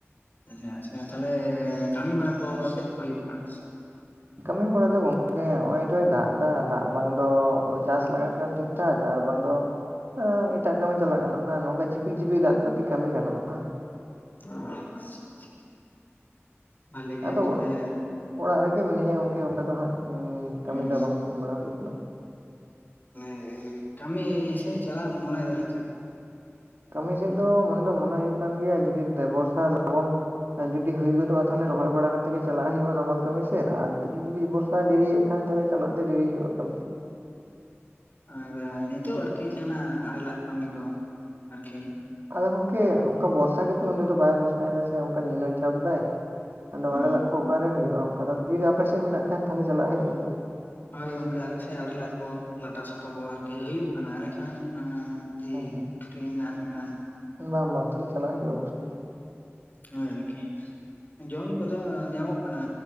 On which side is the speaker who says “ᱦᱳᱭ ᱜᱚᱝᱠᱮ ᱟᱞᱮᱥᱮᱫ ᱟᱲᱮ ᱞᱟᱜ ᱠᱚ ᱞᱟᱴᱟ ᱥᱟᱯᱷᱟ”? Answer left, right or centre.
Left